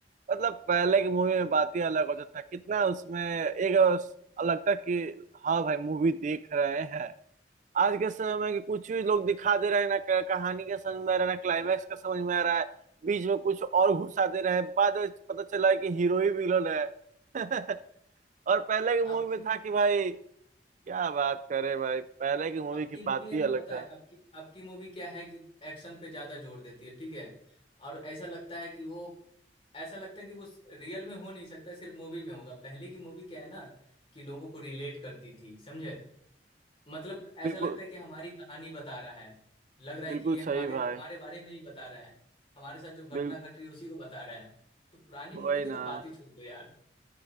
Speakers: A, on the right (about 45°); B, on the left (about 35°).
A: मतलब पहले की मूवी में बात ही अलग होता था कितना उसमें एक अलग था कि हाँ भाई मूवी देख रहे हैं आज के समय के कुछ भी लोग दिखा दे रहे हैं ना क- कहानी का समझ में आ रहा है ना क्लाइमैक्स का समझ में आ रहा है बीच में कुछ और घुसा दे रहे हैं बाद में पता चला है कि हीरो ही विलन है <laughs> और पहले की मूवी
B: आपकी
A: में था कि भाई क्या बात करे भाई पहले की मूवी
B: आपकी
A: की
B: मूवी
A: बात
B: है
A: ही
B: ना
A: अलग
B: पता
A: था
B: है आपकी आपकी मूवी क्या है कि एक्शन पे ज्यादा जोर देती है ठीक है और ऐसा लगता है कि वो ऐसा लगता है कि वो रियल में हो नहीं सकता सिर्फ मूवी में होगा पहले की मूवी क्या है ना कि लोगों को रिलेट करती थी समझे मतलब ऐसा
A: बिल्कुल
B: लगता है कि हमारी कहानी बता रहा है लग रहा
A: बिल्कुल
B: है कि ये हमारे
A: सही भाई
B: हमारे बारे में ही बता रहा है हमारे साथ जो घटना
A: बिल
B: घट रही है उसी को बता रहा है तो पुरानी
A: वही
B: मूवी की
A: ना
B: तो बात ही छोड़ दो यार